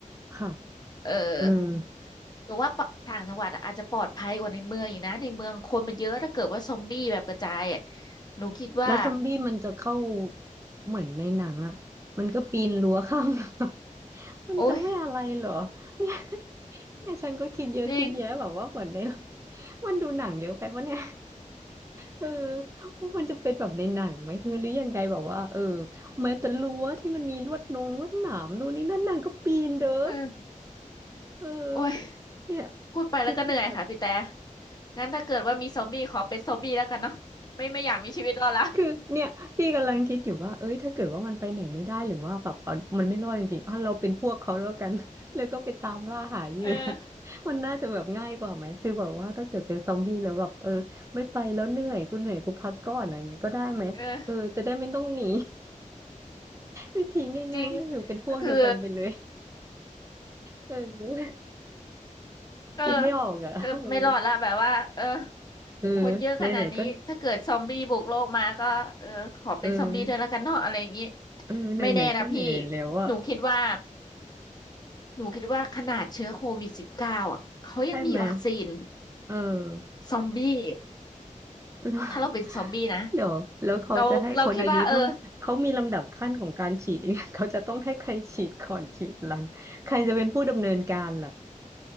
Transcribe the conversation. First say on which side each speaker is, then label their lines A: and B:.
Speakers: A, on the right; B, on the left.
A: ค่ะ
B: เออ
A: อืม
B: หนูว่าปะต่างจังหวัดอะอาจจะปลอดภัยกว่าในเมืองอีกนะในเมืองคนมันเยอะถ้าเกิดว่าซอมบี้แบบกระจายอะหนูคิดว่า
A: แล้วซอมบี้มันจะเข้าเหมือนในหนังอ่ะมันก็ปีนรั้วข้าม <laughs> รั้วมันจะไม่อะไรเหรอเนี่ย
B: โอ้ย
A: เนี่ยฉันก็คิดเยอะคิดแยะแบบว่าเหมือนใน
B: จริง
A: <laughs> มันดูหนังเยอะไปปะเนี่ย เออว่ามันจะเป็นแบบในหนังไหมคือหรือยังไงแบบว่าเออแม้แต่รั้วที่มันมีลวดนงลวดหนามนู่นนี่นั่นนางก็ปีนเด้อ
B: เออ
A: เออ
B: โอ้ย
A: เนี่ย
B: พูดไปแล้วก็เหนื่อยค่ะพี่แต่
A: คิดยาก
B: งั้นถ้าเกิดว่ามีซอมบี้ขอเป็นซอมบี้แล้วกันเนาะไม่ไม่อยากมีชีวิตรอดละ
A: คือเนี่ยพี่กำลังคิดอยู่ว่าเอ้ยถ้าเกิดว่ามันไปไหนไม่ได้หรือว่าแบบมันไม่รอดจริงๆอ่ะเราเป็นพวกเขาแล้วกัน <laughs> แล้วก็ไปตามล่าหาเหยื่อ
B: เออ
A: <laughs> มันน่าจะแบบง่ายกว่าไหมคือแบบว่าถ้าเกิดเป็นซอมบี้แล้วแบบเออไม่ไปแล้วเหนื่อยกูเหนื่อยกูพักก่อนอะไรเงี้ยก็ได้ไหมเออจะได้ไม่ต้องหนี
B: เออ
A: วิธีง่ายๆก็คือเป็นพวกเดียวกันไปเลย
B: จริงก็คือ
A: เออ
B: เออ
A: คิดไม่ออกอ่ะเออ
B: เก็ไม่รอดละแบบว่าเออ
A: เออไหนๆก็
B: คนเยอะขนาดนี้ถ้าเกิดซอมบี้บุกโลกมาก็เออขอเป็นซอมบี้ด้วยแล้วกันเนาะอะไรอย่างนี้
A: เออเออไหนๆก็ไหนๆแล้วอ่ะ
B: ไม่แน่นะพี่หนูคิดว่าหนูคิดว่าขนาดเชื้อโควิดสิบเก้าอ่ะเขายังมีวัคซีน
A: ใช่ไหมเออ
B: ซอมบี้
A: <laughs> แล้ว
B: ถ้าเราเป็นซอมบี้นะ
A: เดี๋ยวแล้วเขาจะให้คนอายุเท่าเขามีลำดับขั้นของการฉีดยังไงเขาจะต้องให้ใครฉีดก่อนฉีดหลังใครจะเป็นผู้ดำเนินการล่ะ
B: เราเราคิดว่าเออ